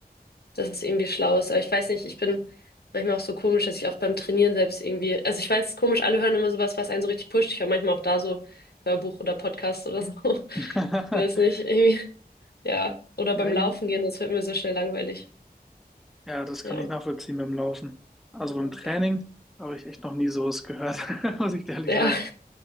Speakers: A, on the left; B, in the centre.
A: dass es irgendwie schlau ist. Aber ich weiß nicht, ich bin manchmal auch so komisch, dass ich auch beim Trainieren selbst irgendwie, also ich weiß, es ist komisch, alle hören immer sowas, was einen so richtig pusht. Ich höre manchmal auch da so Hörbuch oder Podcast oder so. <laughs>
B: <laughs>
A: Ich weiß nicht, irgendwie, ja. Oder
B: Ja,
A: beim
B: eben.
A: Laufen gehen, das wird mir so schnell langweilig.
B: Ja, das
A: Ja.
B: kann ich nachvollziehen beim Laufen. Also
A: Ja,
B: beim Training habe ich echt noch nie sowas gehört, <laughs> muss ich dir ehrlich
A: ja,
B: sagen.